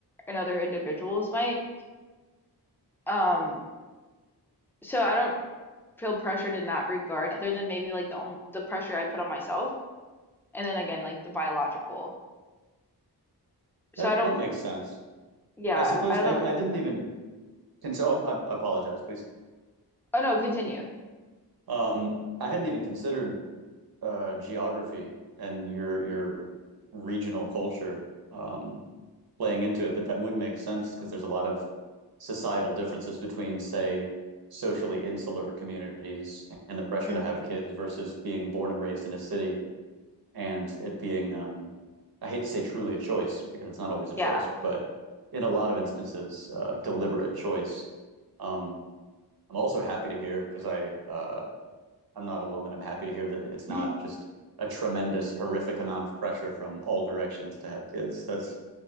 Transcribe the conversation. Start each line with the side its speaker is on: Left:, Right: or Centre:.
Centre: and other individuals might. Um, so I don't feel pressured in that regard other than maybe like the own the pressure I put on myself and then again like the biological. So
Right: That
Centre: I don't
Right: that makes sense.
Centre: yeah,
Right: I suppose
Centre: I don't
Right: I
Centre: know if
Right: I didn't
Centre: pressure.
Right: even consider oh, I, I apologize, please.
Centre: Oh no, continue.
Right: Um I hadn't even considered uh geography and your your regional culture. Um playing into it, but that would make sense because there's a lot of societal differences between, say, socially insular communities and the pressure
Centre: hmm
Right: to have kids versus being born and raised in a city and it being, um, I hate to say truly a choice because it's not always a
Centre: Yeah.
Right: choice, but in a lot of instances, uh, deliberate choice. Um, I'm also happy to hear because I uh, I'm not a woman. I'm happy to hear that it's
Centre: <laughs>
Right: not just a tremendous, horrific amount of pressure from all directions to have kids. That's